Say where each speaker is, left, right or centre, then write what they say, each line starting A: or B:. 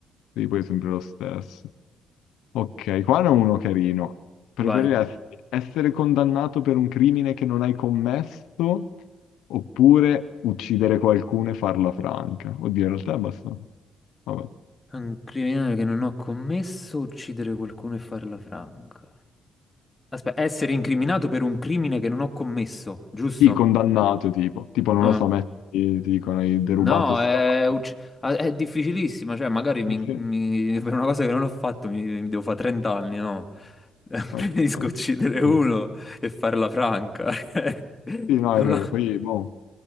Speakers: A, on the left (about 90°); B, on the left (about 20°).
A: Sì, poi è sempre lo stesso. Ok, qua ne ho uno carino. Preferiresti
B: Vai.
A: essere condannato per un crimine che non hai commesso oppure uccidere qualcuno e farla franca? Oddio, in realtà è abbastanza... Vabbè.
B: Un criminale che non ho commesso, uccidere qualcuno e farla franca. Aspetta, essere incriminato per un crimine che non ho commesso, giusto?
A: Sì, condannato tipo, tipo non
B: Ah.
A: lo so, metti, ti dicono hai derubato
B: No,
A: sta...
B: è,
A: roba.
B: ucc- ah, è difficilissima, cioè magari mi- mi-
A: Sì,
B: per una cosa che non ho fatto mi, mi devo fare 30 anni, no? <laughs> Preferisco
A: no, no.
B: uccidere uno
A: Mm.
B: e farla franca. <laughs>
A: Sì, no,
B: No,
A: è vero, poi boh,